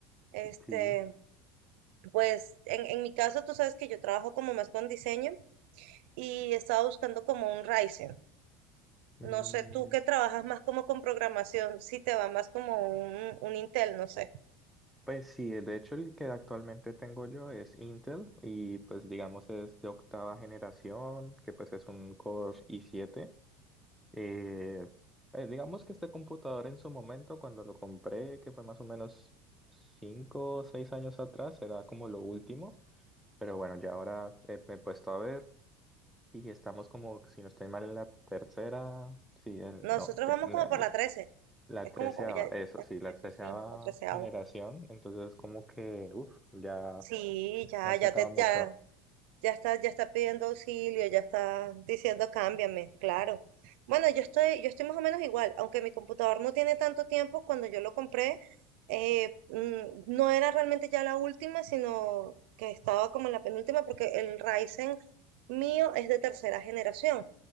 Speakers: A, on the right; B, in the centre.
A: este.
B: sí.
A: Pues en, en mi caso, tú sabes que yo trabajo como más con diseño y estaba buscando como un Ryzen.
B: Mm,
A: No sé, tú que trabajas más como con programación, si te va más como un, un Intel, no sé.
B: Pues sí, de hecho el que actualmente tengo yo es Intel y pues digamos es de octava generación, que pues es un Core i7. Eh, eh, digamos que este computador en su momento cuando lo compré, que fue más o menos cinco o 6 años atrás, era como lo último, pero bueno, ya ahora eh, me he puesto a ver y estamos como, si no estoy mal, en la tercera, sí, en-
A: Nosotros
B: no, te-
A: vamos
B: la-
A: como por la 13.
B: La
A: Es
B: treceava,
A: como, como ya, ya
B: eso sí, la
A: 13,
B: treceava
A: sí, la 13
B: generación, entonces como que, uff, ya
A: Sí, ya,
B: han
A: ya,
B: sacado
A: te-
B: mucho.
A: ya Ya está, ya está pidiendo auxilio, ya está diciendo cámbiame, claro. Bueno, yo estoy, yo estoy más o menos igual, aunque mi computador no tiene tanto tiempo, cuando yo lo compré, eh, mm, no era realmente ya la última, sino que estaba como en la penúltima, porque el Ryzen mío es de tercera generación.